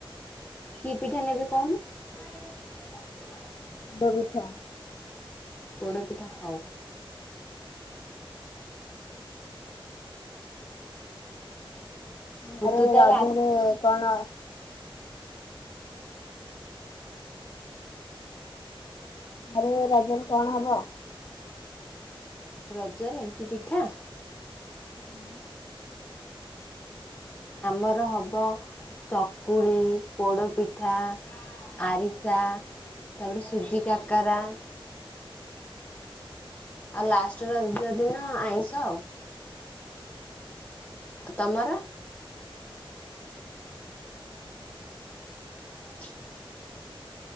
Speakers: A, on the left; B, on the left.
A: କି ପିଠା ନେବେ କହୁନୁ? <unintelligible>
B: ପୋଡ଼ ପିଠା।
A: ପୋଡ଼ ପିଠା ହଉ। ହଉ
B: ଆରେ
A: ତୁ ତାହେଲେ
B: ରଜ ରେ କଣ? ଆରେ ଏ ରଜ ରେ କଣ ହବ।
A: ରଜରେ କି ପିଠା?
B: ହଁ।
A: ଆମର ହବ ଚକୁଳି ପୋଡପିଠା। ଆରିସା ତାପରେ ସୁଜି କାକରା। ଆଉ ଲାଷ୍ଟେ ରଜ ଦିନ ଆଇଁଷ ଆଉ। ତମର? <unintelligible>